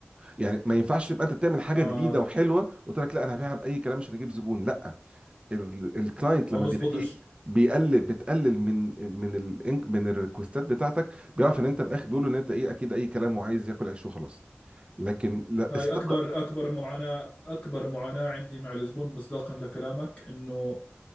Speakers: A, on the right; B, on the left.
A: يعني ما ينفعش تبقى انت تعمل حاجه
B: آه
A: جديده وحلوه وتقول لك لا انا هبيعها باي كلام عشان اجيب زبون لا ال- الكلاينت
B: ما
A: لما
B: بزبطش
A: بيلاقيك بيقلل بتقلل من من ال من الريكوستات بتاعتك بيعرف ان انت من الاخر بيقول ان انت ايه اكيد اي كلام وعايز ياكل عيش وخلاص لكن لا
B: هاي
A: الثقه
B: أكبر أكبر معاناة أكبر معاناة عندي مع الزبون مصداقا لكلامك إنه